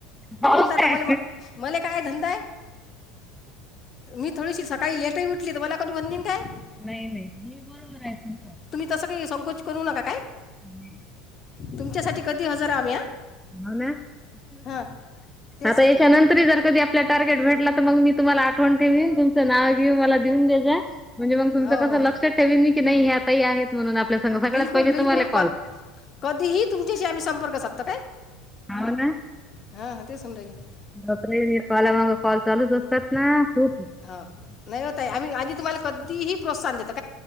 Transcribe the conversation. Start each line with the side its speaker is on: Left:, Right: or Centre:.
Centre: हो
Left: कोणत आता
Centre: काय
Left: म मला काय धंदा आहे. मी थोडीशी सकाळी लेटही उठली तर मला कध बनन काय?
Centre: नाही नाही मी बरोबर आहे तुमचा.
Left: मी तसं काही संकोच करू नका काय.
Centre: <unintelligible>
Left: तुमच्यासाठी कधी हजर आम्ही हां
Centre: हो ना
Left: हां तेच
Centre: आता
Left: म्हटलं
Centre: याच्यानंतर जर कधी आपला टार्गेट भेटला तर मग मी तुम्हा आठव ठेन तुमच नाव घेऊन मला देऊन दे म्हणजे मग तुमच
Left: हो
Centre: कसं
Left: हो
Centre: लक्षात ठेन मी की नाही हे ताई आहेत. म्हणून आपल्या सं सगळ्यात
Left: बिलकुल
Centre: पहिला
Left: बिलकुल
Centre: तुम्हाला
Left: कधीही
Centre: कॉल.
Left: तुमच्याशी आम्ही संपर्क साधतो काय
Centre: हाव ना
Left: ह. <unintelligible>
Centre: <unintelligible> कॉला मग कॉल चालूच असतात ना खूप
Left: हो नाही होत आम्ही आ तुम्हाला कधीही प्रोत्साहन देतात